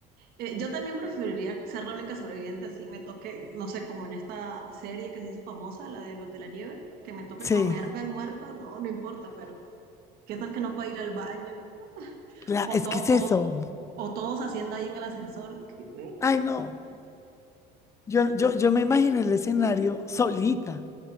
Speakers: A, on the right; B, on the left.
A: Eh, yo también preferiría ser la única sobreviviente, así me toque, no sé, como en esta serie que se hizo famosa, la de los de la nieve, que me toque
B: Sí.
A: comerme al muerto, no, no importa, pero ¿qué tal que no pueda ir al baño? <laughs>
B: la-
A: O,
B: es
A: to-
B: que es
A: o,
B: eso.
A: o todos haciendo ahí en el ascensor, que-
B: Ay, no. Yo, yo, yo me imagino el escenario solita.